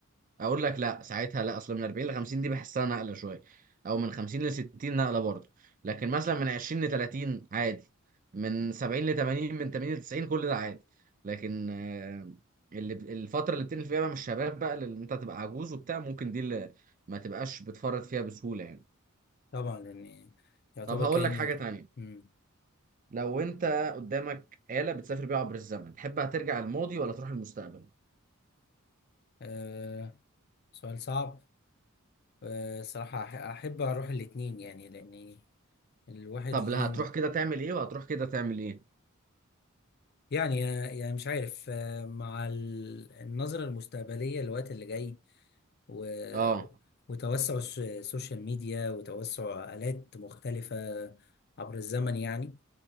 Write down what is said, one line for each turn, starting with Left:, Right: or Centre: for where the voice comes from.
Right: اقول لك لا ساعتها لا اصل من 40 ل 50 دي بحسها نقله شويه او من 50 ل 60 نقله برضه لكن مثلا من 20 ل 30 عادي من 70 ل 80 من 80 ل 90 كل ده عادي لكن آه، اللي ب- الفتره اللي بتنقل فيها بقى من الشباب بقى اللي انت تبقى عجوز وبتاع ممكن دي اللي ما تبقاش بتفرط فيها بسهوله يعني
Left: طبعا يعني يعتبر
Right: طب هقول
Left: كان
Right: لك حاجه تانية
Left: مم.
Right: لو انت قدامك آلة بتسافر بيها عبر الزمن تحب هترجع الماضي ولا تروح المستقبل
Left: آه سؤال صعب آه صراحة أح- أحب أروح الاتنين يعني لأن الواحد
Right: طب
Left: ليه
Right: لا هتروح كده تعمل ايه وهتروح كده تعمل ايه
Left: يعني يعني مش عارف آه مع ال- النظرة المستقبلية للوقت اللي جاي و...
Right: اه
Left: وتوسع الس- السوشيال ميديا وتوسع آلات مختلفة عبر الزمن يعني